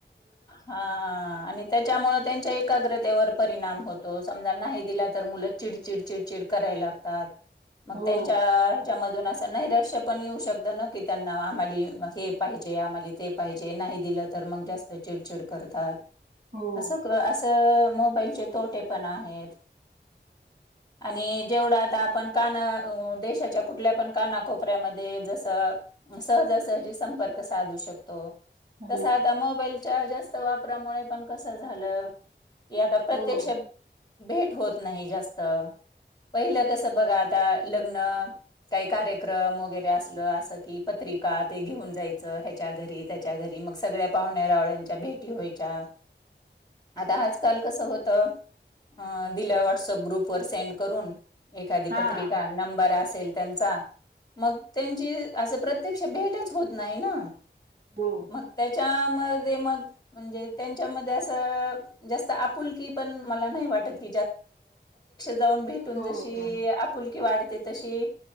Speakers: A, on the left (about 20°); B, on the right (about 60°).
A: हा आणि त्याच्यामुळे त्यांच्या एक एकाग्रतेवर परिणाम होतो समजा नाही दिला तर मुलं चिडचिडचिडचिड करायला लागतात मग
B: हो
A: त्यांच्या ह्याच्या मधून अस नैरा्य पण येऊ शकत की त्यांना आम्हा हे पाहिजे आम्हा ते पाहिजे नाही दिलं तर मग जास्त चिडचिड करतात
B: हो
A: असं क असं मोबाईलचे तोटे पण आहेत आणि जेवढा आता आपण काना देशाच्या कुठल्या पण कानाकोपऱ्यामध्ये जस सहजासहजी संपर्क साधू शकतो
B: हो
A: तसं आता मोबाईल चार जास्त वापरामुळे पण कस झालं यात अप्रत्यक्ष
B: हो
A: भेट होत नाही जास्त पहिलं कसं बघा आता लग्न काही कार्यक्रम वगैरे असलं असं कि पत्रिका ते घेऊन जायचं ह्याच्या घरी त्याच्या घरी मग सगळ्या पाहुण्या रावळ्यांच्या भेटी व्हायच्या आता आजकाल कसं होतं दिल्या व्हॉट्सअप ग्रुप वर सेंड करून एखादी
B: हा
A: पत्रिका नंबर असेल त्यां मग त्यांची अस प्रत्यक्ष भेटच होत. नाही ना
B: हो.
A: मग त्यामध्ये मग त्यांच्यामध्ये असा जास्त आपुलकी पण मला नहीं वाटत. जाऊन भेटून
B: हो
A: जशी
B: हो.
A: आपुलकी वाढ. ते तशी